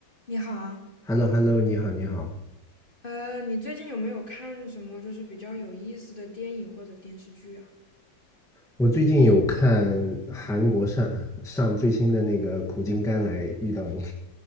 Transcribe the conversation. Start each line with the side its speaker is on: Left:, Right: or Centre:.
Left: 你好啊，
Centre: h e l l o h e l l o 你好，你好。
Left: 呃，你最近有没有看什么就是比较有意思的电影或者电视剧啊？
Centre: 我最近有看韩国上上最新的那个《苦尽甘来》，遇到你，